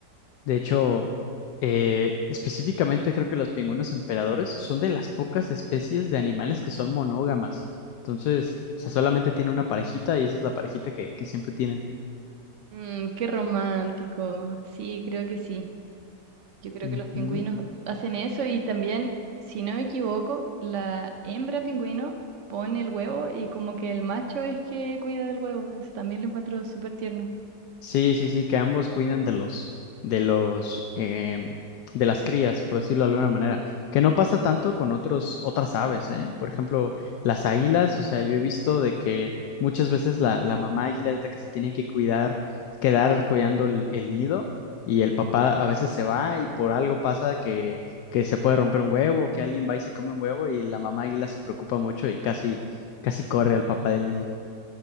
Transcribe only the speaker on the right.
Mm, qué romántico. Sí, creo que sí. Yo creo
que los pingüinos hacen eso y también, si no me equivoco, la hembra pingüino pone el huevo y como que el macho es que cuida del huevo. Eso también lo encuentro súper tierno.